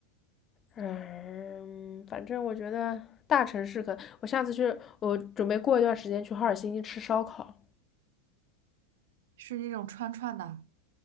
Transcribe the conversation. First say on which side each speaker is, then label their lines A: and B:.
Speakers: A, on the left; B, on the right.
A: 嗯，反正我觉得大城市可，我下次去，我准备过一段时间去哈尔辛基吃烧烤。
B: 是那种串串的。